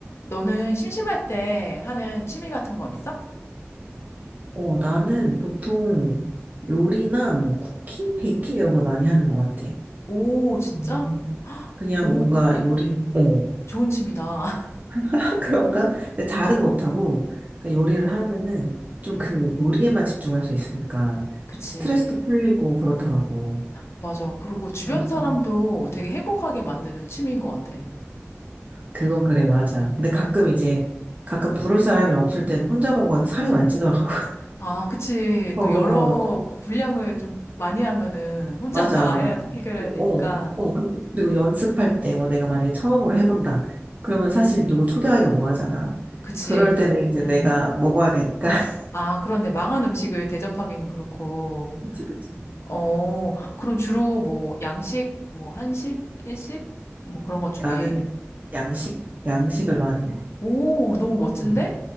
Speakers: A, on the left (about 65°); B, on the right (about 35°).
A: 너는 심심할 때 하는 취미 같은 거 있어?
B: 어, 나는 보통 요리나 뭐 쿠킹, 베이킹 이런 걸 많이 하는 것 같아.
A: 오, 진짜?
B: 음. 그냥
A: 너무
B: 뭔가 요리, 어,
A: 좋은 취미다.
B: <laughs> 그런가? 근데
A: <laughs>
B: 잘은
A: 어,
B: 못하고, 그러니까 요리를 하면은 좀
A: 음,
B: 그 요리에만 집중할 수 있으니까
A: 그치.
B: 좀 스트레스도 풀리고 그렇더라고.
A: 맞아. 그리고 주변
B: 그래서
A: 사람도 되게 행복하게 만드는 취미인 것 같아.
B: 그건 그래, 맞아. 근데 가끔 이제, 가끔 부를 사람이 없을 때는 혼자 먹어서 살이 많이 찌더라고. <laughs>
A: 아, 그치.
B: 어,
A: 또
B: 어,
A: 여러 분량을 좀 많이 하면은 혼자
B: 맞아,
A: 다 해야,
B: 맞아.
A: 해결해야
B: 그,
A: 되니까.
B: 어, 어, 그- 그리고 연습할 때, 뭐 내가 만약에 처음으로 해본다. 그러면 사실
A: 음,
B: 누구 초대하기가 뭐 하잖아.
A: 그치.
B: 그럴 때는
A: 또,
B: 이제
A: 음.
B: 내가 먹어야 되니까. <laughs>
A: 아, 그렇네. 망한 음식을 대접하기는 그렇고.
B: 그치, 그치.
A: 어, 그럼 주로 뭐 양식, 뭐 한식, 일식, 뭐 그런 것 중에
B: 나는 양식, 양식을 많이 해.
A: 오, 너무 멋진데?
B: 음.